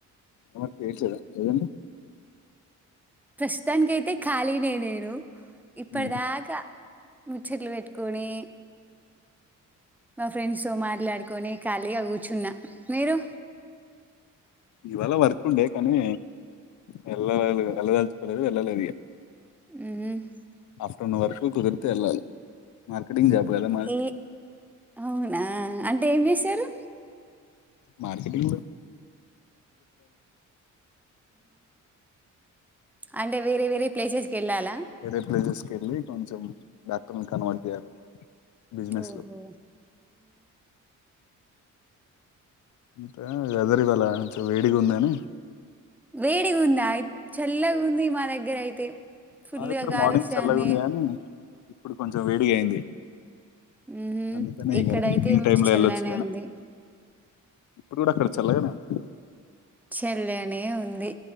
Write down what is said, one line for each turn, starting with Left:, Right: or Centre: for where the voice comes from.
Left: న మరి కేదా ఏదడి <inaudible>
Centre: ప్రస్తుతానికి అయితే ఖాళీనేే నేను ఇప్పటి
Left: ఉమ్,
Centre: దాకా ముచ్చట్లు పెట్టుకొని మా ఫ్రెండ్స్ తో మాట్లాడుకొని ఖాళీగా కూర్చున్న మీరు
Left: ఇవాళ వర్క్ ఉండే కానీ వెళ వెళ్ళదలుచుకోలేదు వెళ్ళలేదు ఇక
Centre: ఉమ్
Left: ఆఫ్టర్నూన్ వర్క్లు కుదిర్తే వెళలీ మార్కెటింగ్ జాబ్ కదా మాది
Centre: ఏ అవునా అంటే ఏం చేసారు
Left: మార్కెట్ంగ్
Centre: అంటే వేరే వేరే ప్లేసెస్ కి వెళ్ళాలా
Left: వేరే ప్లేసెస్కి వెళ్ళి కొంచెం డాక్టర్ని కన్వర్ట్ చేయాలి బిజినెస్
Centre: ఓహో
Left: లో ఇంత వెదర్ ఇవాళ వేడిగా ఉందని
Centre: వేడిగా ఉందా చల్లగా ఉంది మా దగ్గర అయితే ఫుల్గా
Left: మా దగ్గర
Centre: గాలివస్తాంది
Left: మార్నింగ్ చల్లగా ఉంది కానీ ఇప్పుడు కొంచెం వేడిగా అయింది
Centre: మ్మ్
Left: అందుకనే
Centre: ఇక్కడైతే
Left: ఈ ఈవ్నింగ్
Centre: మంచి
Left: టైమ్ లో
Centre: చల్లనే
Left: ఏళ్ళచు
Centre: ఉంది
Left: ఇప్పుడు కూడా అక్కడ చల్లగానే ఉ
Centre: చెల్లనే ఉంది